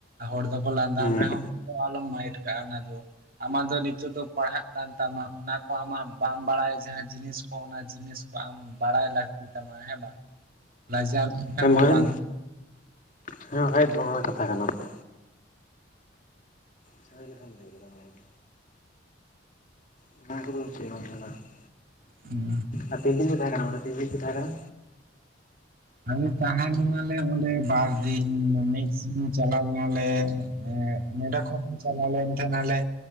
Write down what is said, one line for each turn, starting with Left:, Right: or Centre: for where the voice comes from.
Right: ᱦᱚᱲ ᱫᱚᱠᱚ ᱞᱟᱸᱫᱟᱢ
Left: ᱦᱮᱸ
Right: ᱨᱮᱦᱚᱸ ᱟᱞᱚᱢ ᱢᱟᱭᱤᱱᱰ ᱠᱟᱜᱼᱟ ᱚᱱᱟ ᱫᱚ ᱟᱢᱟᱜ ᱫᱚ ᱱᱤᱛᱚᱜ ᱫᱚ ᱯᱟᱲᱦᱟᱜ ᱠᱟᱱ ᱛᱟᱢᱟ ᱚᱱᱟ ᱠᱚ ᱟᱢᱟᱜ ᱵᱟᱢ ᱵᱟᱲᱟᱭᱟ ᱡᱟᱦᱟᱸ ᱡᱤᱱᱤᱥ ᱠᱚ ᱚᱱᱟ ᱡᱤᱱᱤᱥ ᱠᱚ ᱟᱢ ᱵᱟᱲᱟᱭ ᱞᱟᱹᱠᱛᱤ ᱛᱟᱢᱟ ᱦᱮᱸ ᱵᱟᱝ <unintelligible>
Left: ᱦᱮᱸ ᱢᱚᱦᱮᱫ
Right: ᱵᱟᱝ
Left: ᱦᱮᱸ ᱢᱚᱦᱟᱭᱮᱫ ᱚᱱᱟ ᱨᱮᱱᱟᱜ ᱠᱟᱛᱷᱟ ᱠᱟᱱᱟ ᱛᱚ <unintelligible> <unintelligible>
Right: <inaudible>
Left: ᱟᱨ ᱛᱤᱱ ᱫᱤᱱ ᱵᱤᱱ ᱛᱟᱦᱮ ᱠᱟᱱᱟ ᱛᱤᱱ ᱫᱤᱱ ᱵᱤᱱ ᱛᱟᱦᱮᱸ ᱠᱟᱱᱟ
Right: ᱟᱞᱮ ᱛᱟᱦᱮᱸ ᱞᱮᱱᱟᱞᱮ ᱚᱸᱰᱮ ᱵᱟᱨ ᱫᱤᱱ ᱢᱤᱫ ᱥᱤᱧ ᱪᱟᱞᱟᱣ ᱞᱮᱱᱟᱞᱮ ᱮᱸ ᱱᱚᱰᱮ ᱠᱷᱚᱱᱧ ᱪᱟᱞᱟ ᱞᱮᱱ ᱛᱟᱦᱮᱱᱟᱞᱮ